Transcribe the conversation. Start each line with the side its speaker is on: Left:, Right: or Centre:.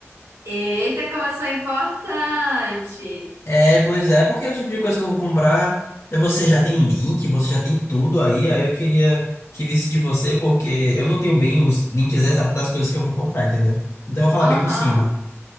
Right: Eita, como eu sou importante.
Left: É, pois é, porque é o tipo de coisa que eu vou comprar, é, você já tem o link, você já tem tudo aí, aí eu queria que visse de você, porque eu não tenho bem os links exatos das coisas que eu vou comprar, entendeu? Então eu vou falar
Right: Aham.
Left: bem por cima.